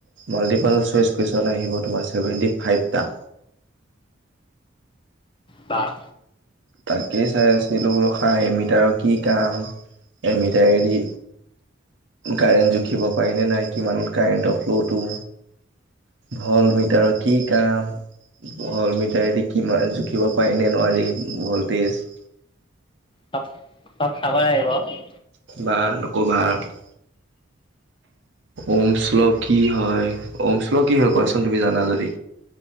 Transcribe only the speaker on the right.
মাল্টিপাল চইচ কুৱেশ্যন আহিব তোমাৰ ছেভেণ্টি ফাইভ টা।
তাকেই চাই আছিলোঁ বোলো খা এমিটাৰৰ কি কাম এমিটাৰেদি। কাৰেণ্ট জুখিব পাৰিনে নাই কিমান কাৰেণ্টৰ ফ্ল'টো ভল্ট মিটাৰৰ কি কাম। ভল্ট মিটাৰেদি কিমান জুখিব পাৰিনে নোৱাৰি ভল্টেজ।
বা নকবা আৰু ওম শ্ল কি হয় ওম শ্ল কি হয় কোৱাচোন তুমি জানা যদি?